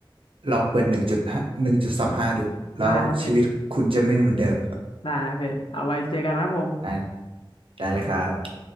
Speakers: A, on the right; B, on the left.
A: ลองเปิดหนึ่งจุดห้าหนึ่งจุดสองห้าดูแล้วชีวิตคุณจะไม่เหมือนเดิม
B: ได้ครับพี่ได้ครับพี่เอาไว้เจอกันครับผม
A: ได้ได้เลยครับ